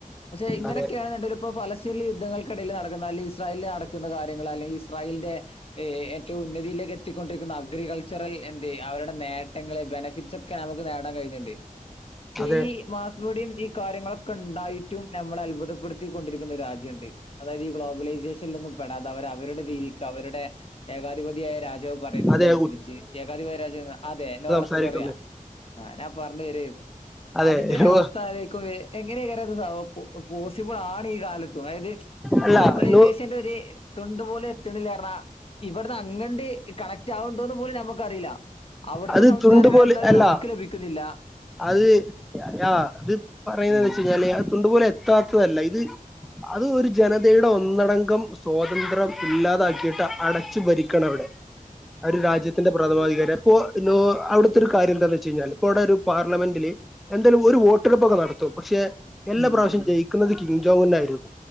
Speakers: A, on the left (about 40°); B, in the centre.
A: പക്ഷെ ഇങ്ങനൊക്കെയാണ്ണണ്ടെങ്ക
B: അതെ
A: ഇപ്പോ ഫലസ്ത്തീൻ യുദ്ധൾക്കിടയിൽ നടക്കുന്ന അല്ലെങ്കിൽ ഇസ്രായേൽ നട കുന്ന കാര്യങ്ങൾ അല്ലെങ്കിൽ ഇസ്രായേലിന്റെ ഏ ഏറ്റവും ഉന്നതിയിലേക്ക് എത്തിക്കൊണ്ടിരിക്കുന്ന അഗ്രികൾച്ചറൽ എന്ത അവരുടെ നേട്ടങ്ങളെ ബെനഫിറ്റ്സ് ഒക്കെ നമുക്ക് നേടാൻ കയ്യുന്നുണ്ട്. പക്ഷെ
B: അതെ
A: ഈ മാസ്മീഡിയയും ഈ കാര്യങ്ങളൊക്കെ ഉണ്ടായിട്ടും നമ്മളെ അത്ഭുതപ്പെടുത്തികൊണ്ടിരിക്കുന്ന ഒരു രാജ്യമുണ്ട് അതായത് ഈ ഗ്ലോബലൈസേഷനൽ ഒന്നും പെടാതെ അവരുടെ രീതി അവരുടെ ഏകാധിപതിയായ രാജാവ് പറയുന്നതിനനുസരിച്ച്,
B: അതെ
A: ഏകാധിപതിയായ രാജാവെന്ന് പറഞ്ഞാ അതെ നോർത്ത്
B: സംസാരിക്കുന്നെ
A: കൊറിയ. ആഹ് ഞാൻ പറഞ്ഞു തരായിരുന്നു
B: അതെ
A: അതിന്റെ ഒരവസ്ഥലോയിക്കുമ്പെ
B: നോ
A: എങ്ങനെക്കാരം അത് സൗ പോ പോസിബിളാണ് ഈ കാലത്തും അതായത്
B: അല്ല
A: ഗ്ലോബലൈസേഷന്റൊര്
B: നോ
A: തുണ്ട് പോലെ എത്ത്ണില്ലാ പറഞ്ഞാ ഇവിടന്ന് അങ്ങണ്ട് കണക്റ്റ് ആകണ്ടോന്ന് പോലും നമുക്ക്റിയില്ല അവിടത്തെ
B: അത്
A: സംസ്കാരങ്ങൾ
B: തുണ്ട് പോലെ
A: എന്തായാലും
B: അല്ല
A: നമുക്ക് ലഭിക്കുന്നില്ല
B: അത് അ അത് പറയുന്ന
A: ഉം.
B: വെച്ച കഴിഞ്ഞാല് അത് തൊണ്ടുപോലെ എത്താത്തതല്ല ഇത് അത് ഒരു ജനതയുടെ ഒന്നടങ്കം സ്വാതന്ത്ര്യം ഇല്ലാതാക്കിയിട്ട് അടച്ചു ഭരിക്കണം അവിടെ
A: <unintelligible>
B: ഒരു രാജ്യത്തിന്റെ പ്രഥമാധികാരം അപ്പോ അവിടുത്തെ
A: ഉം.
B: ഒരു കാര്യം എന്താണന്ന് വെച്ച് കഴിഞ്ഞാൽ ഇപ്പ അവിടെ ഒരു പാർലമെന്റിൽ എന്തായാലും ഒരു വോട്ടെടുപ്പൊക്കെ നടത്തും പക്ഷെ എല്ലാ
A: ഉം.
B: പ്രാവശ്യം
A: ഉം.
B: ജയി <unintelligible> കിംജോ എന്നായിരുന്നു.